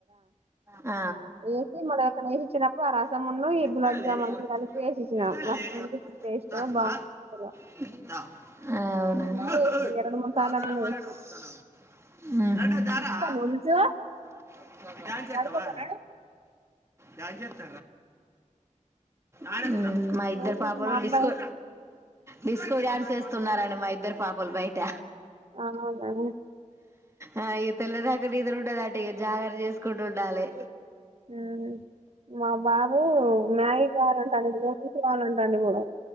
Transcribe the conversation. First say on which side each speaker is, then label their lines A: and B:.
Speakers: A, on the right; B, on the right.
A: ఆ
B: వేసి మళ్ళీ ఎవరికైనా వేసి ఇచ్చినప్పుడు ఆ రసమును
A: ఆ
B: ఈ గులాబ్ జామున్ అన్ని కలిపి వేసి ఇచ్చిన మస్తు అనిపించింది టేస్ట్ బాగుంది
A: అవును
B: అసలు అట్లనే చేసిన ఇగ రెండు మూడు సార్లు
A: మహ్మ్
B: అట్లనే చేసిన ఇప్పుడా నూడిల్స్
A: డాన్స్ చెస్తావా
B: పడుకోపోరా
A: డాన్స్ చెస్త అ మా ఇద్దరు
B: నూడిల్స్
A: పాపలు
B: మా అబ్బాయి
A: డిస్కో డిస్కో డాన్స్ ఎస్త్ స్తున్నారండి మా ఇద్దరు పాపలు బయట
B: ఆవున
A: ఆ ఇగ తెల్లదాక నిదుర ఉండదండి ఇగ జాగర చేసుకుంట ఉండాలి
B: ఉమ్ మా బాబు మ్యాగి కావాలంటండు ఇప్పుడు నోటీరుచి కావాలంటండు ఇప్పుడు